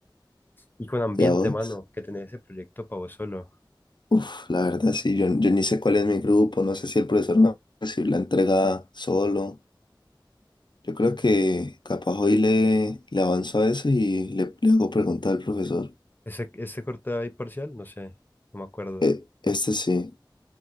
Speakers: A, on the left; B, on the left.
A: Y con ambiente,
B: ya vos.
A: mano, que tenés ese proyecto para vos solo.
B: Uf, la verdad sí, yo, yo ni sé cuál es mi grupo, no sé si el profesor me va a recibir la entrega solo. Yo creo
A: Y
B: que capaz hoy le, le avanzo a eso y le, le hago preguntar al profesor.
A: ese, ese corte ahí parcial, no sé, no me acuerdo.
B: Eh, este sí,